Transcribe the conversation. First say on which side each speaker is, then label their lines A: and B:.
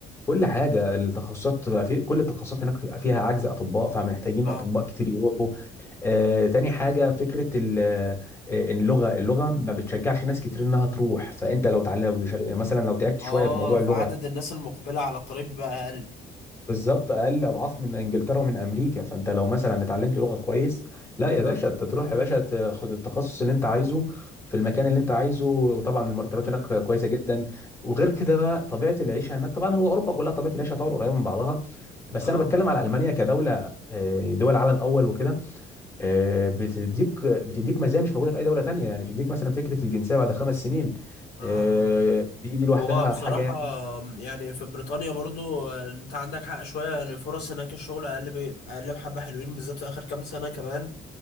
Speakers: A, on the left; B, on the left.
A: كل حاجه التخصصات بقى في كل التخصصات هناك في- فيها عجز اطباء فمحتاجين
B: اه
A: اطباء كتير يروحوا آه، تاني حاجه فكره ال- آه، اللغه اللغه ما بتشجعش ناس كتير انها تروح فانت لو تعلم مثلا لو تعبت شويه
B: اه
A: في موضوع
B: فعدد
A: اللغه
B: الناس المقبلة على الطريق بقى أقل
A: بالظبط اقل اضعاف من انجلترا ومن امريكا فانت لو مثلا اتعلمت لغه كويس لا يا
B: اه
A: باشا انت تروح يا باشا تاخد التخصص اللي انت عايزه في المكان اللي انت عايزه وطبعا المرتبات
B: اه
A: هناك كويسه جدا وغير كده بقى طبيعه العيشه هناك طبعا هو اوروبا كلها طبيعه العيشه طبعا قريبه من بعضها بس
B: اه
A: انا بتكلم على المانيا كدوله آه، دول عالم اول وكده آه، بتديك بتديك مزايا مش موجوده في اي دوله تانية يعني بتديك مثلا فكره الجنسيه بعد خمس سنين
B: اه
A: آه،
B: آه.
A: دي دي لوحدها
B: هو بصراحة
A: حاجه يعني
B: يعني في بريطانيا برضو آه، انت عندك حق شوية يعني فرص هناك الشغل أقل ب- أقل بحبة حلوين بالذات في آخر كام سنة كمان